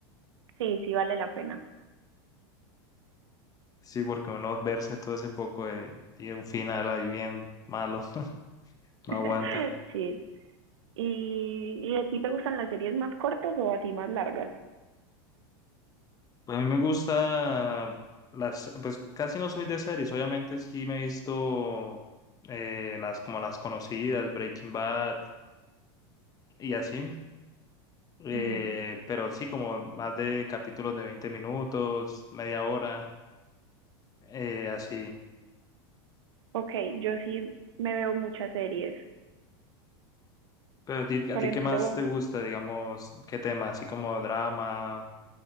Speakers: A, on the right (about 80°); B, on the left (about 25°).
A: Sí, sí vale la pena.
B: Sí, porque uno verse todo ese poco eh, y un final ahí bien malo, <laughs>
A: <laughs>
B: no aguanta.
A: Sí. ¿Y, y a ti te gustan las series más cortas o así más largas?
B: A mí me gusta las, pues casi no soy de series, obviamente sí me he visto eh, las como las conocidas, Breaking Bad y así, Eh,
A: Ujú.
B: pero sí como más de capítulos de 20 minutos, media hora, eh, así.
A: Ok, yo sí me veo muchas series.
B: Pero a ti, a
A: Por
B: ti,
A: ejemplo,
B: ¿qué más te gusta, digamos, qué tema? Así como drama,